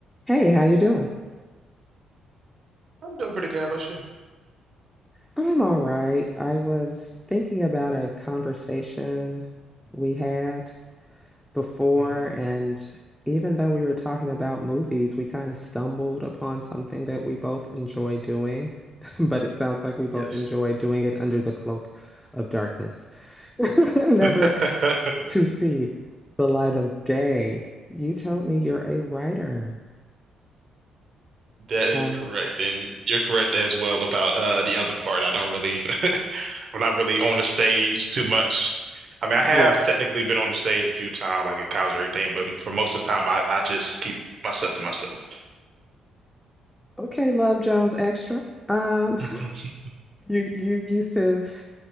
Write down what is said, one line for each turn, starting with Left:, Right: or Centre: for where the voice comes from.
Centre: Hey, how you doing?
Right: I'm doing pretty good. How about you?
Centre: I'm all right. I was thinking about a conversation we had before,
Right: hmm
Centre: and even though we were talking about movies, we kind of stumbled upon something that we both enjoy doing, <laughs> but it sounds like we both
Right: Yes.
Centre: enjoy doing it under the cloak of darkness, <laughs> never
Right: <laughs>
Centre: to see the light of day. You told me you're a writer.
Right: That is
Centre: Uh,
Right: correct. And you're correct as well about uh the other part. I don't really <laughs> I'm not really on the stage too much. I mean, I have
Centre: <laughs> yeah.
Right: technically been on the stage a few times, like in college or everything, but for most of the time I, I just keep my stuff to myself.
Centre: Okay, Love Jones Extra. Um,
Right: Mhm.
Centre: You you used to